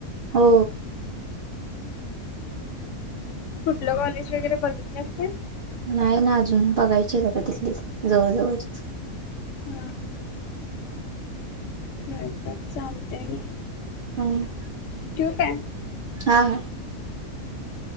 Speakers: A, on the right; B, on the left.
A: हो
B: <inaudible> कुठलं कॉलेज वगैरे बघितल्यास काय?
A: नाही ना अजून बघायची आता तिथलीच जवळ जवळची.
B: ह <unintelligible>
A: हम्म
B: ठेवू काय.
A: हा हा